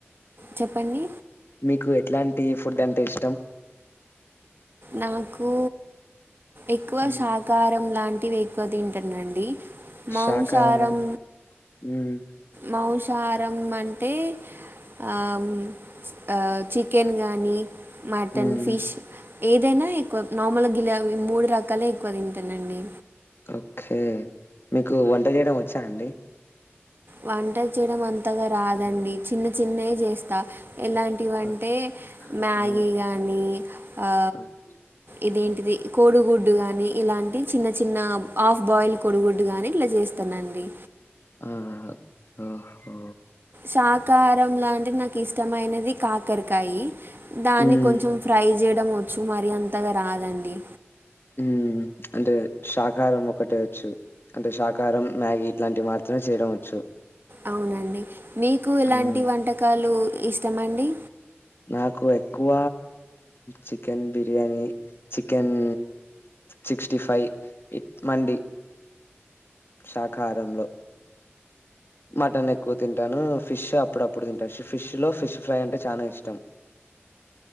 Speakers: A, on the right; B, on the left.
A: చెప్పండి
B: మీకు ఎట్లాంటి ఫుడ్ అంటే ఇష్టం?
A: నాకు ఎక్కువ
B: ఉమ్,
A: శాకారం లాంటివి ఎక్కువ తింటనండి మాంసారం
B: శాకాహారంలో ఉమ్
A: మాంసారం అంటే ఆమ్ ఆ చికెన్ గానీ మటన్,
B: ఉమ్
A: ఫిష్ ఏదైనా ఎక్కువ నార్మల్గ గిలాబీ మూడు రకాలే ఎక్కువ తింటనండి
B: ఓకే మీకు వంట చేయడం వచ్చా అండి?
A: వంట చేయడం అంతగా రాదండి చిన్న చిన్నయ్ చేస్తా ఎలాం టి వంటే
B: ఓక్-
A: మ్యాగీ
B: ఆ
A: గా అన్ని ఆ
B: ఓక్-
A: ఇది ఏంటిది కోడుగు ఇలానీ ఇలాంటి చిన్న చిన్న హాఫ్ బాయిల్ కొడుగుడ్డు గాని ఇలా చేస్తానండి
B: ఆ ఓహో
A: సాకారం లాంటి నాకు ఇష్టమైనది కాకరకాయి దాన్ని
B: ఉమ్
A: కొంచెం ఫ్రై చేయడం వచ్చు మరి అంతగా రాదండి
B: ఉ అంటే శాకారం ఒకటే వచ్చు అంటే శాకారం మ్యాగీ ఇట్లాంటివి మాత్రమే చేయడం వచ్చు
A: అవునండి మీకు ఎలాంటి
B: ఆ
A: వంటకాలు ఇష్టమండి
B: నాకు ఎక్కువ chicken biryani chicken sixty five ఇట్ మండి శాకారంలో మటన్ ఎక్కువ తింటాను ఫిష్ అప్పుడప్పుడు తింటా ఫిష్ లో ఫిష్ ఫ్రై అంటే చానా ఇష్టం